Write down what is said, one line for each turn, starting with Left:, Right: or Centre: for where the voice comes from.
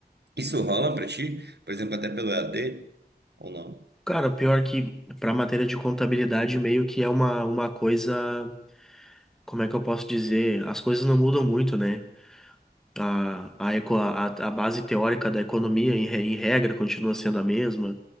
Right: Isso rola para ti? Por exemplo, até pelo EAD ou não?
Centre: Cara, o pior que para matéria de contabilidade meio que é uma, uma coisa, como é que eu posso dizer? As coisas não mudam muito, né? A, a, eco- a, a base teórica da economia, em, re- em regra, continua sendo a mesma.